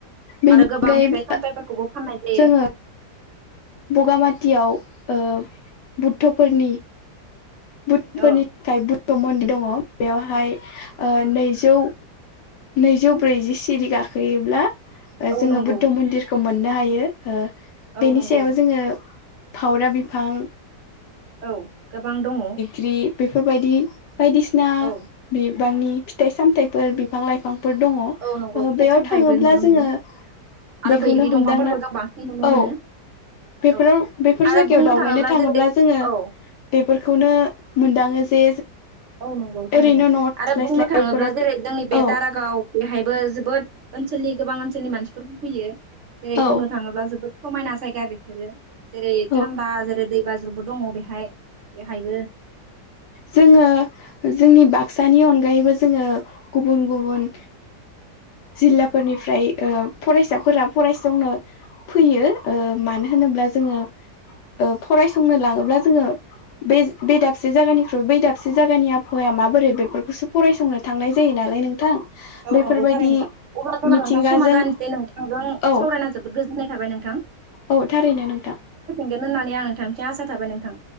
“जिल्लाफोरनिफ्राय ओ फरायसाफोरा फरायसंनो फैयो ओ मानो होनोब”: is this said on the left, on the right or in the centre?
Left